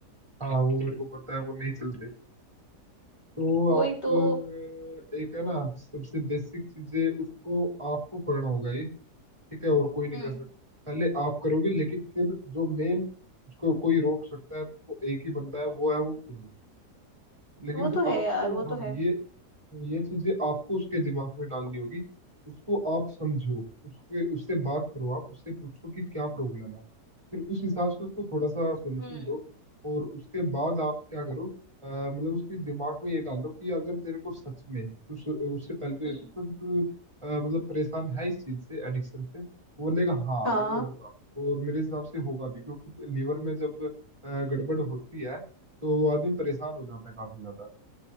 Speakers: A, on the right; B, on the left.
A: हाँ वो मेरे को पता है वो नहीं चलते तो
B: वही
A: आप
B: तो
A: अ, एक है ना सबसे बेसिक चीजें उसको आपको करना होगा ये ठीक है और कोई नहीं
B: हम्म
A: कर सकता पहले आप करोगे लेकिन फिर जो मेन उसको कोई रोक सकता है तो वो एक ही बंदा है वो है वो खुद लेकिन
B: वो तो
A: आपको
B: है यार वो
A: हाँ
B: तो है
A: ये ये चीजें आपको उसके दिमाग में डालनी होगी उसको आप समझो उसके उससे बात करो आप उससे पूछो कि क्या प्रॉब्लम है फिर उस हिसाब से उसको थोड़ा सा सॉल्यूशन
B: हम्म
A: दो और उसके बाद आप क्या करो अ, मतलब उसके दिमाग में ये डालो कि अगर तेरे को सच में तू उस- उससे पहले तो
B: हम्म
A: ये पूछो कि तू अ, मतलब परेशान है इस चीज से एडिक्शन से वो बोलेगा हाँ
B: हाँ
A: अगर वो
B: हाँ,
A: होगा और मेरे हिसाब से होगा भी क्योंकि लीवर में जब अ, गड़बड़ होती है तो आदमी परेशान हो जाता है काफी ज्यादा